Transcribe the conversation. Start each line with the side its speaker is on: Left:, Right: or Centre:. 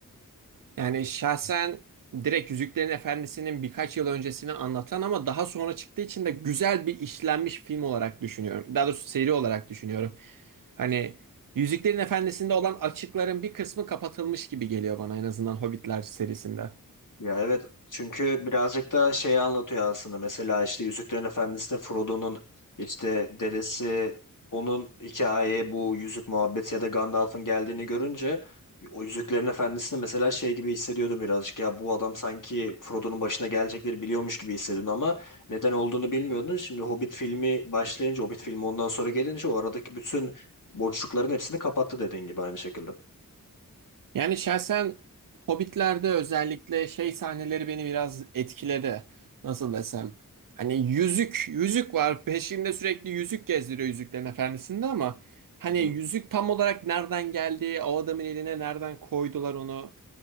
Right: Yani şahsen direkt Yüzüklerin Efendisi'nin birkaç yıl öncesini anlatan ama daha sonra çıktığı için de güzel bir işlenmiş film olarak düşünüyorum. Daha doğrusu seri olarak düşünüyorum. Hani Yüzüklerin Efendisi'nde olan açıkların bir kısmı kapatılmış gibi geliyor bana en azından Hobbitler serisinde.
Left: Ya evet çünkü birazcık da şeyi anlatıyor aslında mesela işte Yüzüklerin Efendisi'nde Frodo'nun işte dedesi onun hikayeye bu yüzük muhabbeti ya da Gandalf'ın geldiğini görünce o Yüzüklerin Efendisi'nde mesela şey gibi hissediyordum birazcık ya bu adam sanki Frodo'nun başına gelecekleri biliyormuş gibi hissediyordun ama neden olduğunu bilmiyordun. Şimdi Hobbit filmi başlayınca Hobbit filmi ondan sonra gelince o aradaki bütün Boşlukların hepsini kapattı dediğin gibi aynı şekilde.
Right: Yani şahsen Hobbit'lerde özellikle şey sahneleri beni biraz etkiledi. Nasıl desem? Hani yüzük, yüzük var. Peşinde sürekli yüzük gezdiriyor Yüzüklerin Efendisi'nde ama hani
Left: Hı-hı.
Right: yüzük tam olarak nereden geldi? O adamın eline nereden koydular onu?